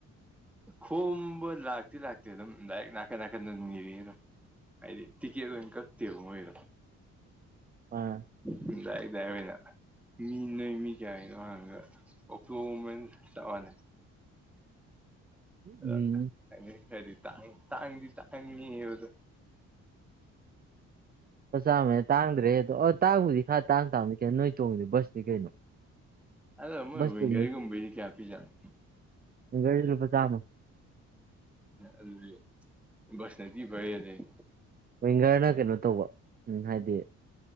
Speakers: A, in the centre; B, on the right.
A: ꯈꯣꯡꯕ ꯂꯥꯛꯇ ꯂꯥꯛꯇꯝ ꯂꯗꯥꯏ ꯅꯥꯀ ꯅꯥꯀ ꯅ ꯃꯤꯔꯤ ꯍꯥꯏꯗꯤ ꯇꯤꯀꯦ ꯀꯠꯇꯕ ꯑꯣꯏꯣꯏꯔꯣ
B: ꯑ
A: ꯑꯗꯨꯗꯥꯏ ꯑꯣꯏꯅ ꯃꯤ ꯅꯣꯏ ꯃꯤ ꯀꯌꯥꯒꯤꯅꯣ ꯍꯥꯏꯗ ꯑꯣꯛꯇꯣꯃꯦꯟ ꯇꯛꯑꯅꯤ
B: <inaudible>
A: ꯑꯗ
B: ꯎꯝ
A: ꯍꯥꯏꯗꯤꯥꯡ ꯇꯥꯡꯤ ꯇꯥꯡꯅꯤꯕꯗꯨ
B: ꯎ ꯆꯥꯃꯦ ꯇꯥꯡꯗ꯭ꯔꯦꯗꯣ ꯇꯥꯡꯕꯨꯗꯤ ꯈꯔ ꯇꯥꯡ ꯇꯥꯕꯅꯤ ꯀ ꯅꯣꯏ ꯇꯗ ꯁꯗꯤ ꯀꯩꯩꯅꯣ
A: ꯑꯗꯣ ꯃꯣꯏ
B: ꯁ
A: ꯋꯤꯡꯒꯔꯒꯨꯝꯕꯩꯗꯤ
B: ꯊ
A: ꯀꯌꯥ ꯄꯤꯖꯥꯠꯅꯣ
B: ꯒꯁ ꯂꯨꯄꯥ ꯆꯥꯃ
A: ꯑꯗꯨꯗꯤ ꯁꯅꯗꯤ ꯐꯔꯦ ꯂꯩ
B: ꯋꯤꯡꯒꯔꯅ ꯀꯩꯅꯣ ꯇꯧꯕ ꯎ ꯍꯥꯏꯗꯤ